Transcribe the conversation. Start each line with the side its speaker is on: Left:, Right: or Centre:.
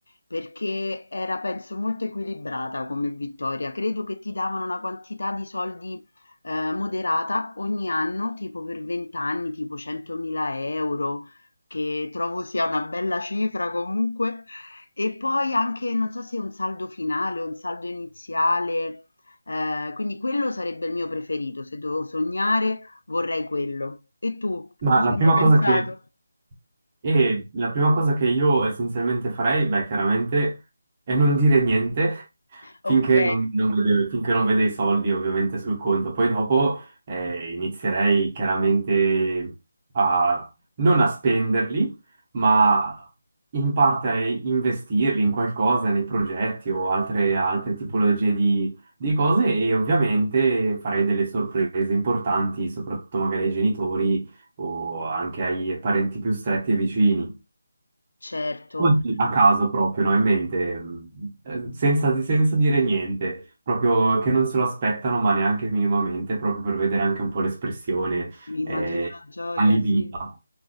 Left: perché era penso molto equilibrata come vittoria. Credo che ti davano una quantità di soldi eh, moderata ogni anno, tipo per 20 anni, tipo 100.000 euro, che trovo sia una bella cifra comunque. E poi anche, non so se un saldo finale o un saldo iniziale Ehm, quindi quello sarebbe il mio preferito, se devo sognare vorrei quello. E tu?
Right: Ma
Left: Tu ci
Right: La
Left: hai
Right: prima
Left: mai pensato?
Right: cosa che E la prima cosa che io essenzialmente farei, beh, chiaramente, è non dire niente <laughs>
Left: Ok,
Right: finché non, non vede, finché non vede i soldi ovviamente sul conto. Poi dopo eh, inizierei chiaramente a non a spenderli, ma in parte a investirli in qualcosa, nei progetti o altre, altre tipologie di, di cose e ovviamente farei delle sorprese importanti, soprattutto magari ai genitori o anche ai parenti più stretti e vicini,
Left: certo,
Right: Oddio. a caso proprio, no? In mente, mh, eh, senza, senza dire niente, proprio che non se lo aspettano, ma neanche minimamente, proprio per vedere anche un po' l'espressione
Left: mi immagino
Right: eh,
Left: la gioia,
Right: allibita.
Left: sì.